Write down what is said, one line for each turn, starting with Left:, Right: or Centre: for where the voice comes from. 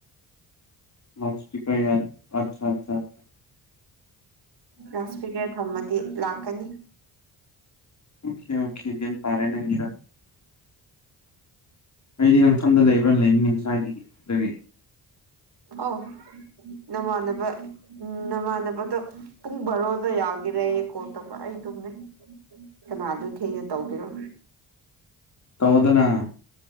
Left: ꯂꯥꯎꯠ ꯏ꯭ꯁꯄꯤꯀꯔ ꯌ ꯑꯆꯥ ꯑꯆꯥ
Right: ꯂꯥꯎꯠ ꯁ꯭ꯄꯤꯀꯔ ꯊꯝꯃ ꯗꯤ ꯂꯥꯛꯀꯅꯤ
Left: <unintelligible> ꯑꯩꯗꯤ ꯅꯪ <unintelligible> ꯁ꯭ꯋꯥꯏꯗꯒꯤ ꯑꯗꯒꯤ
Right: ꯑꯧ ꯅꯃꯥꯟꯅꯕ ꯎꯝ ꯅꯃꯥꯟꯅꯕꯗꯣ ꯄꯨꯡ ꯕꯥꯔꯣꯗ ꯌꯥꯒꯦꯔꯌꯦ ꯀꯣꯜ ꯇꯧꯕ ꯑꯩ ꯇꯨꯃꯦ ꯀꯅꯥꯗꯨ ꯊꯦꯡꯅ ꯇꯧꯒꯦꯔꯣ
Left: ꯀꯧꯑꯣꯗꯅ